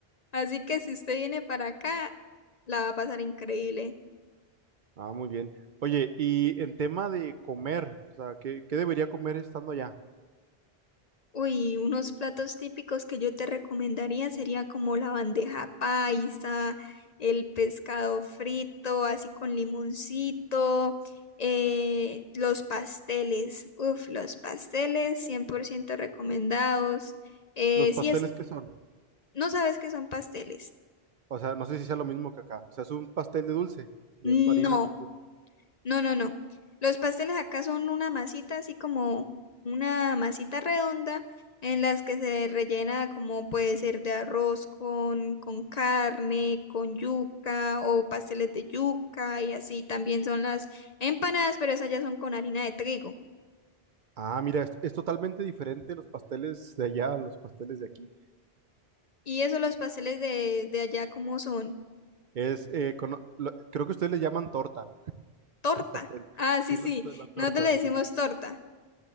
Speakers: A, on the left (about 45°); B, on the right (about 55°).
A: Así que si usted viene para acá, la va a pasar increíble.
B: Ah, muy bien. Oye, y en tema de comer, o sea, ¿qué, qué debería comer estando allá?
A: Uy, unos platos típicos que yo te recomendaría sería como la bandeja paisa, el pescado frito, así con limoncito, eh, los pasteles. Uf, los pasteles 100% recomendados. Eh,
B: ¿Los
A: si
B: pasteles
A: es,
B: qué son?
A: ¿no sabes qué son pasteles?
B: O sea, no sé si sea lo mismo que acá, o sea, es un pastel de dulce, de
A: No.
B: harina con
A: No, no, no. Los pasteles acá son una masita, así como una masita redonda, en las que se rellena como puede ser de arroz con, con carne, con yuca o pasteles de yuca y así. También son las empanadas, pero esas ya son con harina de trigo.
B: Ah, mira, es, es totalmente diferente los pasteles de allá a los pasteles de aquí.
A: Y eso los pasteles de, de allá como son
B: Es, eh, cono- lo- creo que ustedes le llaman torta, <laughs>
A: torta.
B: el pastel.
A: Ah,
B: Sí,
A: sí, sí.
B: la, la torta,
A: Nosotros le decimos
B: sí.
A: torta.